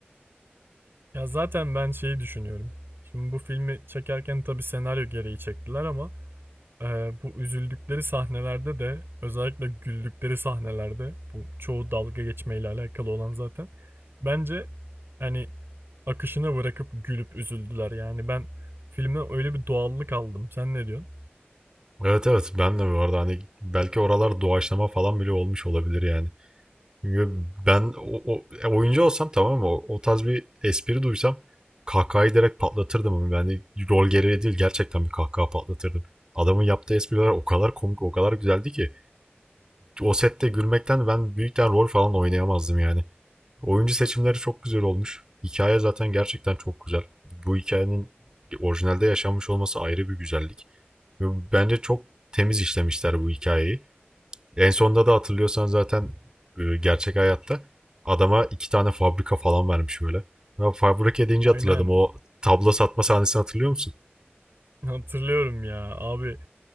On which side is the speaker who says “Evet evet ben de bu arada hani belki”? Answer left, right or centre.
Right